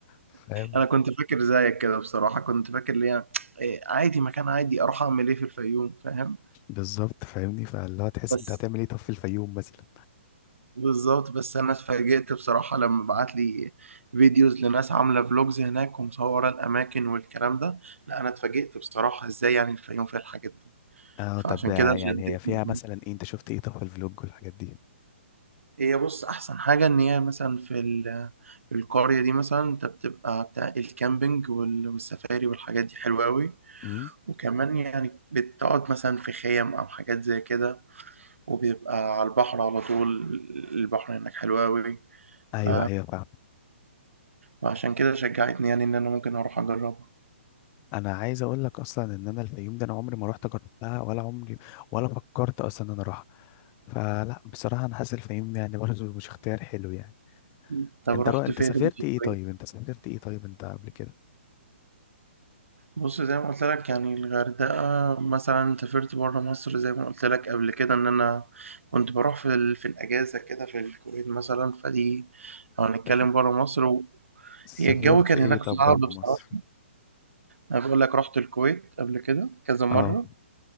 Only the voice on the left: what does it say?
فاهم
بالظبط فاهمني فاللي هو تحس
أنت هتعمل إيه طب في الفيوم مثلا
آه
طب آه،
يعني
هي فيها مثلا إيه أنت شفت إيه طب في الفلوج والحاجات دي؟
امم
أيوه
أيوه فاهم
أنا عايز أقول لك أصلا إن أنا الفيوم ده أنا عمري ما رحت جربتها ولا عمري ولا فكرت أصلا إن أنا أروحها فلا بصراحة أنا حاسس الفيوم يعني برضه مش اختيار حلو يعني
انت
رو... انت
سافرت
ايه طيب
انت سافرت ايه طيب انت قبل كده
سف-
سافرت
ايه
طب
بره
مصر
اه